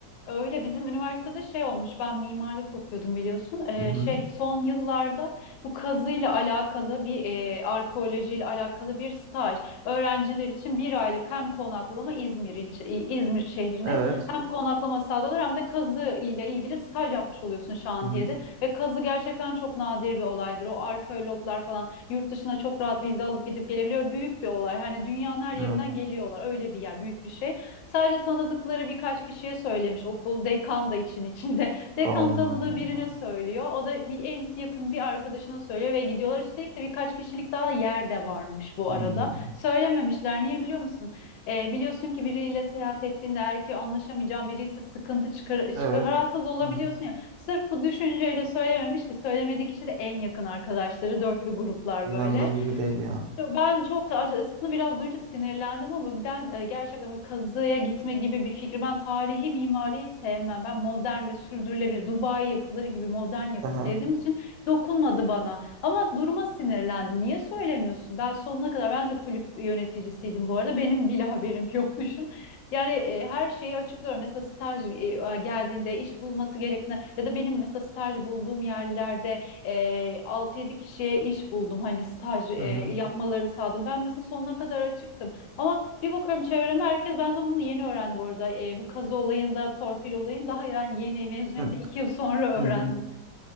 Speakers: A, on the left; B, on the right.
A: Öyle bizim üniversitede şey olmuş ben mimarlık okuyordum biliyorsun Ee,
B: Hı hı.
A: şey son yıllarda bu kazıyla alakalı bir e, arkeolojiyle alakalı bir staj öğrenciler için bir aylık hem konaklama İzmir ilçe İ- İzmir şehrine
B: Evet.
A: hem konaklama sağlıyorlar hem de kazı ile ilgili staj yapmış oluyorsun şantiyede
B: Hı hı.
A: ve kazı gerçekten çok nadir bir olaydır o arkeologlar falan yurt dışına çok rahat vize alıp gidip gelebiliyor büyük bir olay hani dünyanın her yerinden
B: Evet.
A: geliyorlar öyle bir yer büyük bir şey. Sadece tanıdıkları birkaç kişiye söylemiş okul. Dekan da için içinde. <laughs> Dekan
B: Allah
A: tanıdığı
B: Allah.
A: birine söylüyor. O da bir en yakın bir arkadaşına söylüyor ve gidiyorlar. Üstelik de birkaç kişilik daha yer de varmış bu
B: Hmm.
A: arada. Söylememişler. Niye biliyor musun? Ee, biliyorsun ki biriyle seyahat ettiğinde eğer ki anlaşamayacağın biri sıkıntı çıkar, çıkar,
B: Evet.
A: rahatsız olabiliyorsun
B: Hı hı.
A: ya. Sırf bu düşünceyle söylememiş ki söylemediği kişi de en yakın arkadaşları, dörtlü gruplar
B: İnanılır
A: böyle.
B: gibi değil ya.
A: Yo, Ben çok aslında biraz duyunca sinirlendim ama ben e, gerçekten böyle kazıya gitme gibi bir fikri ben tarihi mimariyi sevmem. Ben modern ve sürdürülebilir Dubai yapıları gibi modern yapı
B: Aha.
A: sevdiğim için dokunmadı bana. Ama duruma sinirlendim. Niye söylemiyorsun? Ben sonuna kadar ben de kulüp yöneticisiydim bu arada. Benim bile haberim yok <laughs> düşün. Yani e, her şeyi açıklıyorum. Mesela staj e, geldiğinde iş bulması gerektiğine ya da benim mesela staj bulduğum yerlerde e, 6-7 kişiye iş buldum hani staj e,
B: Hı hı.
A: yapmalarını sağladım. Ben mesela sonuna kadar açıktım ama bir bakıyorum çevreme herkes ben de bunu yeni öğrendim bu arada E, bu kazı olayında torpil olayını daha yani yeni mezuniyetten
B: Hı.
A: iki yıl sonra öğrendim
B: Hı hı.